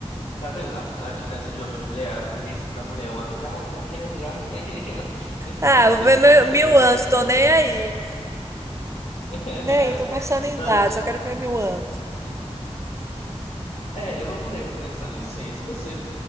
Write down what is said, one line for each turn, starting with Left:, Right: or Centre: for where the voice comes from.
Left: tá vendo a, a diferença de homem e mulher? A prudência da mulher. O homem já, já quer, já. <laughs> Ele
Right: Ah,
Left: levantou
Right: vou ver
Left: 50
Right: meu- mil
Left: mil objeções,
Right: anos, tô nem
Left: ó.
Right: aí.
Left: É,
Right: Nem aí, tô pensando em
Left: não,
Right: nada,
Left: mas,
Right: só quero ver mil anos.
Left: é, eu não parei pra pensar nisso. Sim, se você.